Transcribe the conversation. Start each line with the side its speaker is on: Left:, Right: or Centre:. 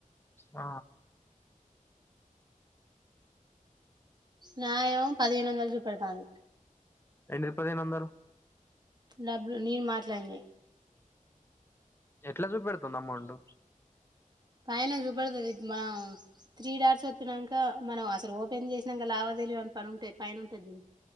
Left: ఆ
Right: న్యాయం పదిహేను వందలు చూపెడతాంది
Left: అయనరు పదే నొందరు
Right: డబ్బులు నేను మాట్లాడినా
Left: ఎట్లా చూపెడుతొంది అమౌంట్
Right: పైన చూపడుతుంది మనం త్రీ డార్స్ వచ్చినాక మనం అసలు ఓపెన్ చేసినాక లావాదేలివ అని పని ఉంటా పైన ఉంటది చూ